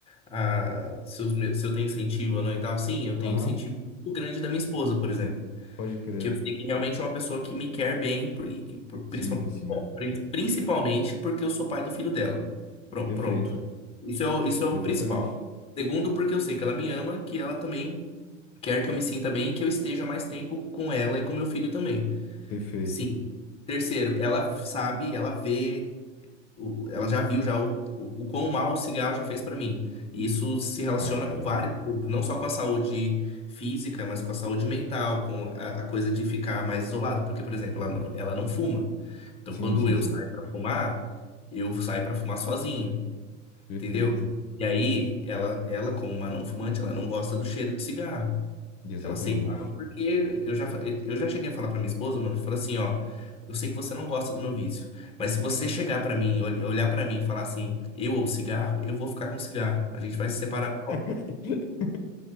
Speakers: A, on the left; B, on the left.
A: a, se, os meus- se eu tenho incentivo ou não e tal. Sim, eu tenho
B: Aham,
A: incentivo muito grande da minha esposa, por exemplo.
B: pode crer.
A: Que eu sei que realmente é uma pessoa que me quer bem, por, e- por- principal-
B: Sim, sim.
A: bom, pri- principalmente porque eu sou pai do filho dela. Pronto,
B: Perfeito.
A: pronto. Isso é o, isso é o
B: Perfeitamente.
A: principal. Segundo, porque eu sei que ela me ama, que ela também quer que eu me sinta bem e que eu esteja mais tempo com ela e com meu filho também.
B: Perfeito.
A: Sim. Terceiro, ela sabe, ela vê o- ela já viu já o, o, o quão mal o cigarro já fez pra mim. E isso se relaciona
B: Cara.
A: com várias coisas, não só com a saúde física, mas com a saúde mental, com a, a coisa de ficar mais isolado. Porque, por exemplo, ela não, ela não fuma. Então,
B: Sim,
A: quando
B: sim,
A: eu
B: sim.
A: saio pra fumar, eu saio pra fumar sozinho,
B: Perfeito.
A: entendeu? E aí, ela, ela, como uma não fumante, ela não gosta do cheiro de cigarro.
B: Exatamente.
A: Ela aceitava porque eu já, fa- eu já cheguei a falar pra minha esposa, mano, eu falo assim, ó, eu sei que você não gosta do meu vício, mas se você chegar pra mim, ol- olhar pra mim e falar assim, eu ou cigarro, eu vou ficar com cigarro. A gente vai se separar.
B: <laughs>